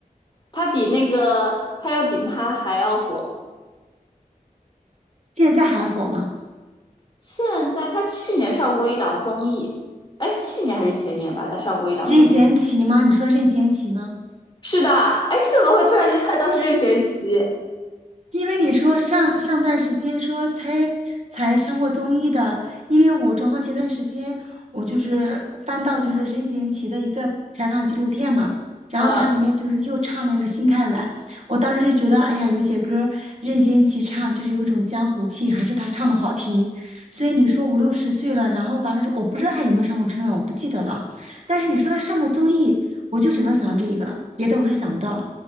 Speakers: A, on the left (about 30°); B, on the right (about 50°).
A: 他比那个他要比他还要火。
B: 现在还火吗？
A: 现在他去年上过一档综艺，哎，去年还是前年吧，他上过一档综艺。
B: 任贤齐吗？你说任贤齐吗？
A: 是的，哎，你怎么会突然就猜到是任贤齐？
B: 因为你说上上段时间说才才上过综艺的，因为我正好前段时间我就是翻到就是任贤齐的一个采访纪录片嘛，然后它里面就是又唱了那个《心太软》，
A: 嗯，
B: 我当时就觉得哎呀，有些歌儿任贤齐唱就是有种江湖气，还是他唱的好听。所以你说五六十岁了，然后完了之后，我不知道他有没有上过春晚，我不记得了。但是你说他上过综艺，我就只能想到这一个了，别的我是想不到了。